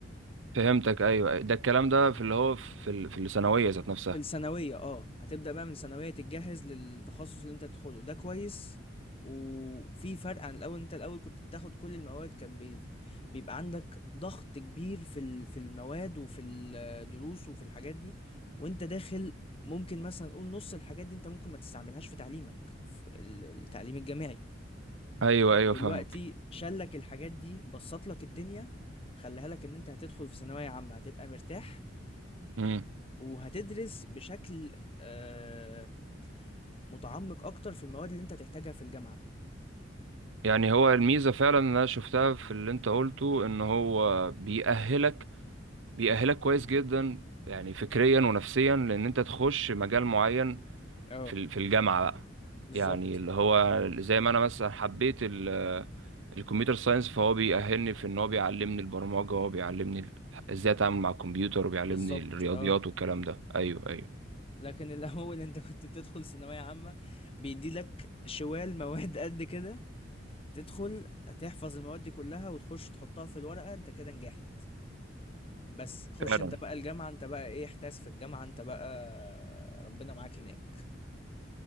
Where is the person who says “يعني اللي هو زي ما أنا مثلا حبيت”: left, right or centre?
Right